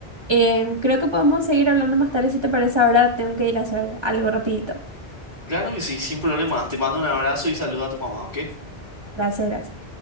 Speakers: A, on the right; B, on the left.
A: eh, creo que podemos seguir hablando más tarde si te parece. Ahora tengo que ir a hacer algo rapidito.
B: Claro que sí, sin problema. Te mando un abrazo y saluda a tu mamá, ¿ok?
A: Gracias, gracias.